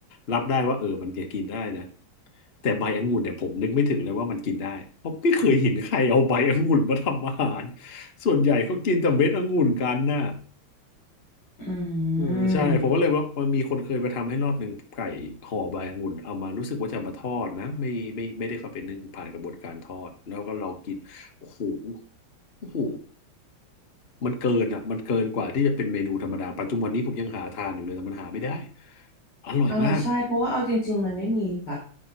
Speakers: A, on the left; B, on the left.
A: รับได้ว่าเออมันจะกินได้นะแต่ใบองุ่นเนี่ยผมนึกไม่ถึงเลยว่ามันกินได้เพราะไม่เคยเห็นใครเอาใบองุ่นมาทำอาหารส่วนใหญ่เขากินแต่เม็ดองุ่นกันน่ะ
B: อื
A: เออใช่ผมก็เลยว่ามันมีคนเคยมาทำให้รอบหนึ่งไก่ห่อใบองุ่นเอามารู้สึกว่าจะมาทอดนะไม่ไม่ไม่ได้เข้าไปนึ่งผ่านกระบวนการทอดแล้วก็ลองกินโอ้โห
B: ม
A: โอ้โหมันเกินอ่ะมันเกินกว่าที่จะเป็นเมนูธรรมดาปัจจุบันนี้ผมยังหาทานอยู่เลยแต่มันหาไม่ได้อร่อยมาก
B: อ่าใช่เพราะว่าเอาจริงๆมันไม่มีแบบ